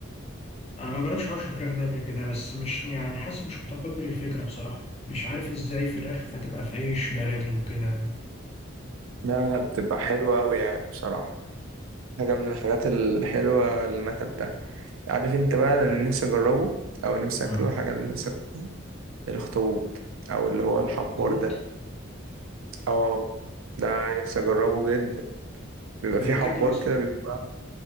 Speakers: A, on the left (about 30°); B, on the right (about 80°).
A: انا ما جربش حوش فراخ ده قبل كده بس مش يعني حاسس مش متقبل الفكرة بصراحة مش عارف ازاي فراخ هتبقى في عيش بلدي وكده
B: لا لا بتبقى حلوه قوي يعني بصراحه حاجة من الحاجات الحلوة اللي أنا أكلتها عارف أنت بقى أنا اللي نفسي أجربه أو نفسي
A: اه
B: أكله حاجة اللي نفسي أكله الأخطبوط أو اللي هو الحبار
A: طبوط
B: ده اه ده نفسي أجربه جدا بيبقى
A: ده
B: فيه
A: بيتاكل
B: حبار
A: اصلا
B: كده بيبقى